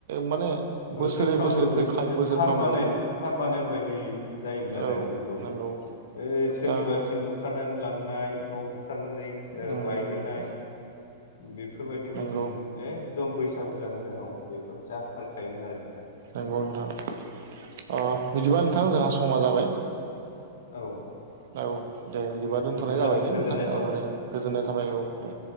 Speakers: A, on the right; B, on the left.
A: माने
B: बोसोरफ्रामबो
A: बोसोरै बोसोरै
B: बे
A: फैखायो
B: मोनसे
A: बोसोरफ्रामबो
B: पारमानेन्ट
A: औ
B: पारमानेन्ट बायदि जायोमोन आरो
A: औ
B: नोंगौ
A: नंगौ
B: ओ सोरनिबा
A: दा
B: थिं बुखारनानै लांनाय न' बुखारनानै
A: उम
B: बायहोनाय
A: उम
B: बेफोरबायदिखौ
A: नंगौ
B: जों एकदम बैसागु जाहां जाहाङाव बेफोर जाथारखायोमोन आरो नोंथां
A: नंगौ नोंथां बिदिबा नोंथां जोंहा समा जाबाय
B: औ
A: औ दे बिदिबा दोन्थ'नाय
B: बिदिब्ला
A: जाबाय दे
B: गोजोननाय
A: नोंथां
B: थाबाय
A: औ दे गोजोननाय थाबाय औ दे